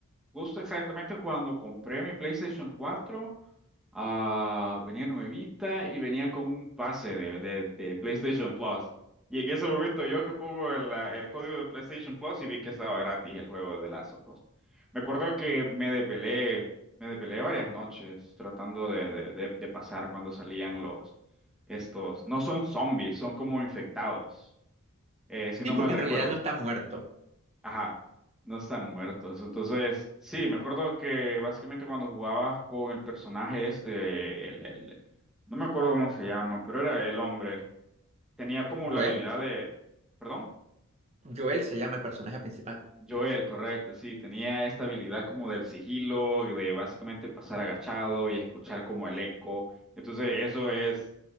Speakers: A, in the centre; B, on the right (about 30°).
A: Justo exactamente cuando compré mi PlayStation 4, ah, venía nuevita y venía con un pase de, de- de PlayStation Plus. Y en ese momento yo que pongo el, ah, el código de PlayStation Plus y vi que estaba gratis el juego de Last of Us. Me acuerdo que me desvelé, me desvelé varias noches tratando de, de- de- de pasar cuando salían los, estos, no son zombies, son como infectados, eh, si
B: Sí,
A: no
B: porque
A: mal recuerdo.
B: en realidad no está muerto.
A: Ajá, no están muertos. Entonces, sí, me acuerdo que básicamente cuando jugabas con el personaje este, el, el- no me acuerdo cómo se llama, pero era el hombre. Tenía como
B: Joel,
A: la habilidad de, perdón,
B: Joel se llama el personaje principal.
A: Joel, correcto, sí, tenía esta habilidad como del sigilo, de básicamente pasar agachado y escuchar como el eco. Entonces, eso es,